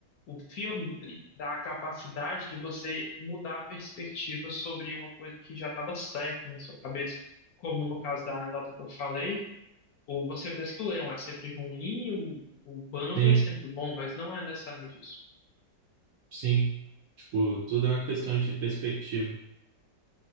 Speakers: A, on the left (about 65°); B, on the right (about 65°).
A: o filme ele dá a capacidade de você mudar a perspectiva sobre uma coisa que já estava certa na sua cabeça, como no caso da anedota que eu falei, ou você pensa que o leão é sempre ruim, o, o Bambi
B: sim,
A: é sempre bom, mas não é necessariamente isso.
B: sim. Tipo, tudo é uma questão de perspectiva.